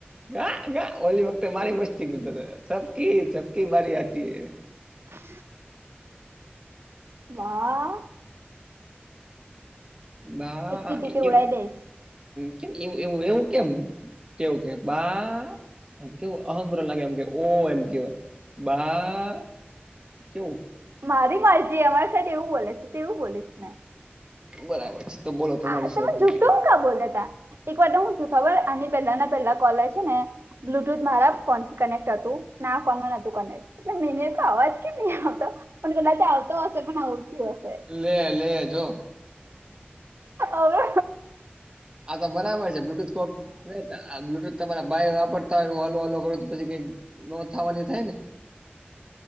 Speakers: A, on the right (about 20°); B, on the right (about 80°).
A: ગા ગા ઓલી વખતે મારી મસ્તી કરતો સબકી સબકી બારી આતી હે
B: હા બા
A: બાહ
B: એકી ટીકે
A: એજુ
B: ઉડાઈ દઈશ
A: કેવ એવું એવું કેમ કેવું કે બા આમ કેવું અહંગ્ર લાગે એમ કે ઓ એમ કેવાય બા કેવુ
B: મારી મારજી અમારી સાથે એવું બોલે છે ત એવુ બોલીસ ને
A: બરાબર છે. તો બોલો તમારી
B: આ તમે
A: સાહેબ
B: જૂઠો હ કા બોલ્યા ત એક વાર હું છ ખબર આની પેલા ના પહેલા કોલર છેને. બ્લુટુથ મારા ફોનથી કનેક્ટ હતું ના ફોન માં નતું કનેક્ટ એટલે મેને અવાજ કે ની આવતો પણ કદાચ આવતો હશે પણ આવ થ હશે.
A: લે લે જો
B: અવે
A: આ તો બરાબર છે, બ્લુટૂથ કોપ લેતા આ બ્લુટૂથ તમારા ભાય વાપરતા હોય તો હું હલો હલો કરું તો પછી કઈક નોથાવાની થાય ને